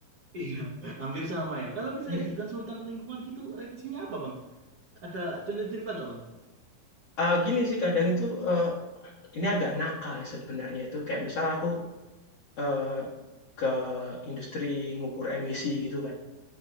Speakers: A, on the right; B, on the left.
A: Iya, <laughs> hampir sama ya. Kalau misalnya
B: <laughs>
A: di konsultan lingkungan gitu, revisinya apa bang? Ada contoh cerita nggak bang?
B: Eee, gini sih kadang itu, eee, ini agak nakal ya sebenarnya itu kayak misal aku, eee, ke industri ngukur emisi gitu kan.